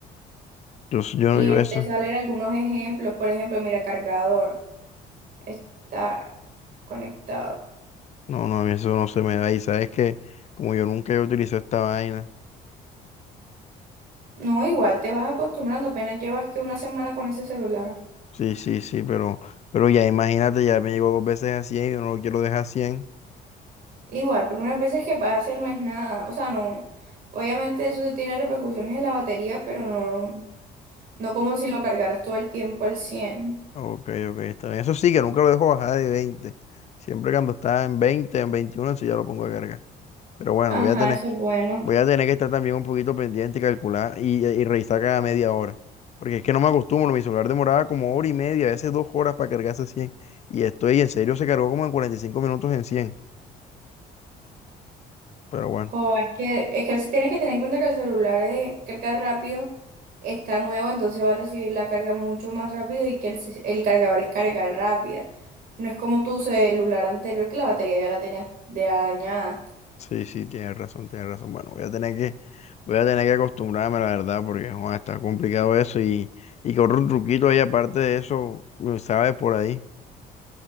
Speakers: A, on the left (about 40°); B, on the right (about 60°).
A: Yo, s- yo no,
B: y
A: yo
B: ahí
A: eso,
B: te salen algunos ejemplos. Por ejemplo, mira, cargador está conectado.
A: no, no, a mí eso no se me da. Y sabes que, como yo nunca he utilizado esta vaina,
B: No, igual te vas acostumbrando, apenas llevas que una semana con ese celular.
A: sí, sí, sí, pero, pero ya imagínate, ya me llegó dos veces a 100 y yo no lo quiero dejar a 100.
B: Igual, por unas veces que pase no es nada. O sea, no. Obviamente eso tiene repercusiones en la batería, pero no, no como si lo cargaras todo el tiempo al cien
A: Ok, ok, está bien. Eso sí, que nunca lo dejo bajar de veinte Siempre cuando está en veinte en 21 sí ya lo pongo a cargar. Pero bueno,
B: Ajá,
A: voy a tener,
B: eso es bueno.
A: voy a tener que estar también un poquito pendiente y calcular y, y revisar cada media hora. Porque es que no me acostumbro, mi celular demoraba como hora y media, a veces dos horas para cargarse cien Y estoy en serio, se cargó como en 45 minutos en cien Pero bueno,
B: O es que, es que el- tienes que tener en cuenta que el celular es carga rápido, está nuevo, entonces va a recibir la carga mucho más rápido y que el, ce- el cargador es carga rápida. No es como tu celular anterior que la batería ya la tenías de dañada.
A: sí, sí, tienes razón, tienes razón. Bueno, voy a tener que, voy a tener que acostumbrarme, la verdad, porque joder, está complicado eso. Y, y corre un truquito ahí aparte de eso, ¿sabes? Por ahí.